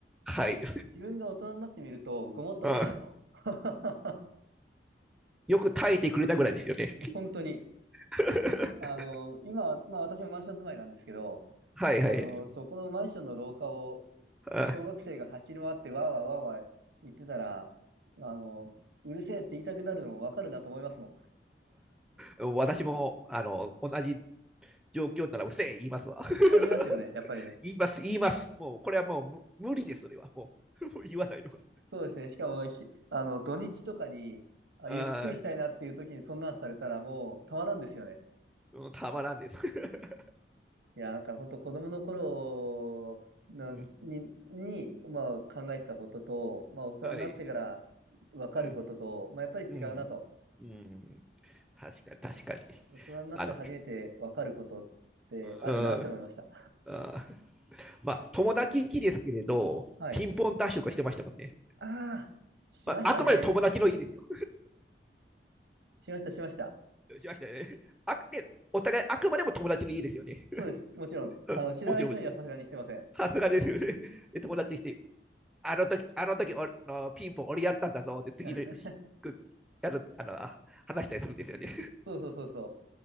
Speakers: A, in the centre; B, on the right.
A: はい。
B: 自分が大人になってみると、ごもっともだなと。
A: あ、
B: <laughs>
A: よく耐えてくれたぐらいですよね。
B: 本当に。
A: <laughs>
B: あの、今は、まあ私もマンション住まいなんですけど、
A: はい、はい。
B: あの、そこのマンションの廊下を
A: あ
B: 小学生が走り回ってわーわーわーわー言ってたら、あの、うるせえって言いたくなるのもわかるなと思いますもん。
A: うん私も、あの、同じ状況ならうるせえ言いますわ。<laughs>
B: あ、言いますよね、やっぱりね。
A: 言います、言います。もう、これはもう無無理です、それは。もう、もう言わないのが。
B: そうですね。しかも、ひあの、土日とかに、あ、
A: あ
B: ゆっくりしたいなっていう時にそんなんされたらもうたまらんですよね。
A: ーうんたまらんです。<laughs>
B: いや、なんか本当子供の頃なに、
A: うん
B: に、まあ考えてたことと、まあ大人になってからわかることと、
A: はい。うん、
B: まあやっぱり違うなと。
A: うん、うん。確かに、確かに。
B: 大人になって初めて分かることってあるなって思いました。
A: あの、うん、あーまあ、友達ん家ですけれど、
B: <laughs> はい。
A: ピンポンダッシュとかしてましたもんね。
B: ああ、しましたね。
A: まあ、あくまで友達の家ですよ。
B: しました、しました。
A: <laughs> しましたよね。あくて、お互いあくまでも友達の家ですよね。
B: そうです。もちろん、
A: うんもちろん、
B: あの、知らない人にはさすがにしてません。
A: もちろん。さすがですよね。<laughs> で、友達にして、あの時、あの時俺のピンポン俺やったんだぞって次の日くやるあのあ話したりするんですよね。
B: <laughs> そうそうそうそ